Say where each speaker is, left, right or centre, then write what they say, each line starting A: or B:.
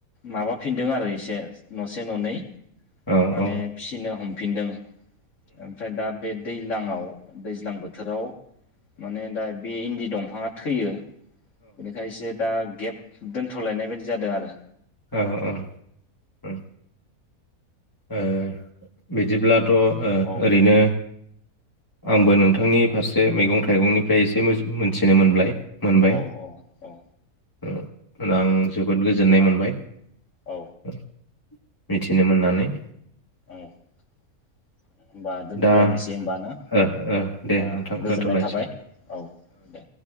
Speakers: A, on the left; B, on the left.
A: माबाफिनदों आरो एसे। न'से ननै
B: औ
A: माने
B: उम
A: फिनो हमब फिनदों। ओमफ्राय दाब बे दैलांङाव। दैज्लां बोथोराव माने दा बे इदिन दंफाङा थैयो। बेनिखायसो दा गेप दोनथ'लायनाय बायदि जादों आरो।
B: औ औ उम। ओ बिदिब्लाथ थ ओ
A: औ
B: ओरैनो। आंबो नोंथांनि फारसे मैगं थाइगंनिफ्राय एसे मोज मोनथिनो मोनब्लाय। मोनबाय
A: औ औ
B: उम आं जोबोद गोजोननाय
A: बा
B: मोनबाय
A: औ
B: उम मिथिनो मोन नानै।
A: होनोमबा दोनथ'लायनोसै
B: दा
A: हमबा ना होमबा
B: ओ ओ दे नोंथां
A: गोजोननाय
B: दोनथ'लायनोसै
A: थाबाय औ दे।